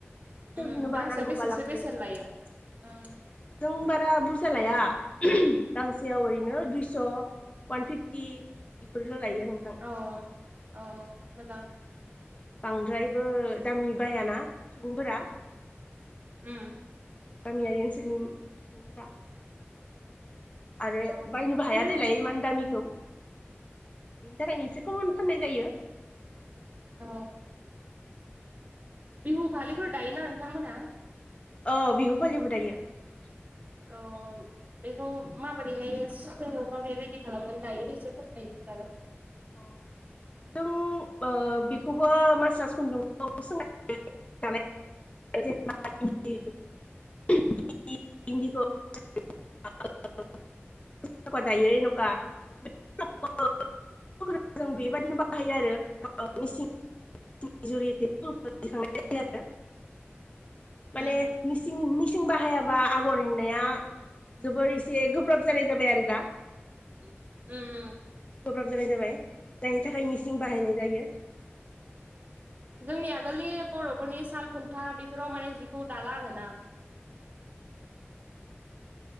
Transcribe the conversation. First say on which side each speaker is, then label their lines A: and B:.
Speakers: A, on the left; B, on the right.
A: सोरनोबा
B: ओ गांसेयाव
A: नांगौबा
B: बेसेसो
A: लांफायो
B: बेसेन लायो ओ।
A: जों बारा बुरजा लाया गांसेयाव ओरैनो दुइ। स' वान फिफटि बेफोरल' लायो। नोंथां
B: अ अ मोजां।
A: बांद्रायबो दामि बायाना सुबुंफोरा।
B: उम।
A: गामियारि ओनसोलनि सुबुंफोरा - आरो
B: औ
A: बायनोबो हाया
B: ओरैनो
A: देलाय इमान दामिखौ। बेनि थाखाय इसे कमावनो फाननाय जायो।
B: अ बिहु फालिफोर दायोना नोंथांमोनहा।
A: औ बिहुबो फालिबो दायो।
B: अ बेखौ माबोरैहाय स माबोरै रेडि खालामनानै दायो एसे फथायायो <inaudible>
A: अ। जों ओ बिखौबो मासा्स खुन्दुंखौ सोंनानै दानाय जायो <unintelligible> <unintelligible> जेनबा दायो एनका <unintelligible> जों बेबादिनो बाहायो आरो ओ मेसिन <unintelligible> माने
B: उम
A: मिसिं मिसिं बाहायाबा आगर एरनाया जोबोर एसे गोब्राब जानाय जाबाय आरो दा।
B: उम उम ।
A: गोब्राब जानाय जाबाय जायनि थाखाय मिसिं बाहायनाय जायो
B: जोंनि आगोलनि बर'फोरनि साल खुन्था बिफोराव माने जिखौ दाला आरोना